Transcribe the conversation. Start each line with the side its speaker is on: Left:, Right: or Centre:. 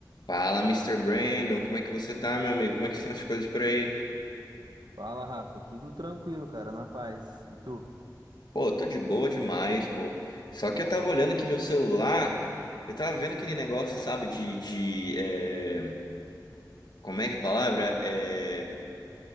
Left: Fala, Mister Brandon, como é que você tá, meu amigo? Como é que estão as coisas por aí?
Right: Fala, Rafa. Tudo tranquilo, cara, na paz. E tu?
Left: Pô, tô de boa demais, pô. Só que eu tava olhando aqui meu celular, eu tava vendo aquele negócio, sabe, de, de é, como é que é a palavra? É,